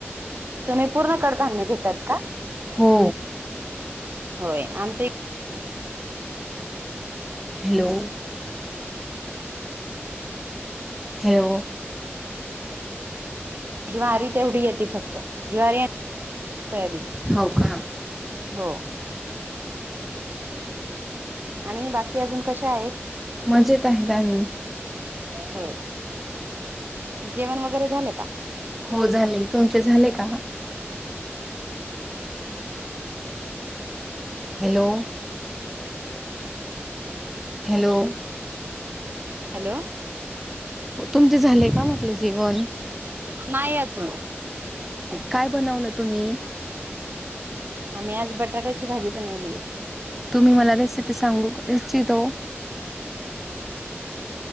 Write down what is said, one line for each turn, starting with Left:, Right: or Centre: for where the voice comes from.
Right: तुम्ही पूर्ण कडधान्य घेतात का?
Centre: हो!
Right: होय आमच्या ई
Centre: हॅलो! हॅलो!
Right: ज्वारी, तेवढी येते फक्त ज्वारी आणि सोयाबीन.
Centre: हो का
Right: हो! आणि बाकी अजून कश्या आहेत.
Centre: मजेत आहेत आम्ही.
Right: होय जेवण वगैरे झालं का?
Centre: हो झालय तुमचे झाले का? हॅलो! हॅलो!
Right: हॅलो!
Centre: हो तुमचे झाले का म्हटलं जेवन.
Right: नाही आजून.
Centre: काय बनवलं तुम्ही?
Right: आम्ही आज बटाट्याची भाजी बनवलीये.
Centre: तुम्ही मला रेसिपी सांगू इच्छितो